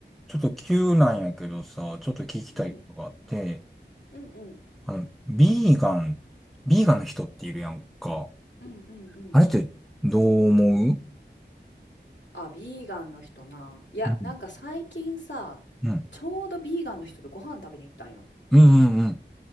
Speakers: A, in the centre; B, on the left.
A: ちょっと急なんやけどさ、ちょっと聞きたいことがあって、
B: うん、うんうん。
A: あの、ビーガン、ビーガンの人っているやんか。
B: うんうんうん。
A: あれってどう思う
B: あ、ビーガンの人な。いや、
A: うん、
B: なんか最近さ、
A: うん、
B: ちょうどビーガンの人とご飯食べに行ったんよ。
A: うん、うん、うん、